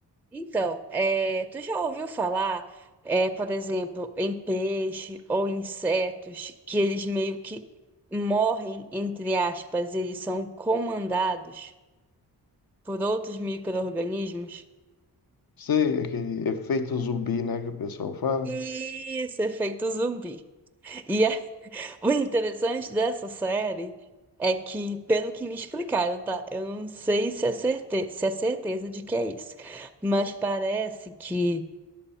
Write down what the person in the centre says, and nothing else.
Então, é, tu já ouviu falar, é, por exemplo, em peixe ou insetos que eles meio que morrem, entre aspas, eles são comandados por outros micro-organismos?
Isso, efeito zumbi. E O interessante dessa série é que, pelo que me explicaram, tá? Eu não sei se é certe... se é certeza de que é isso, mas parece que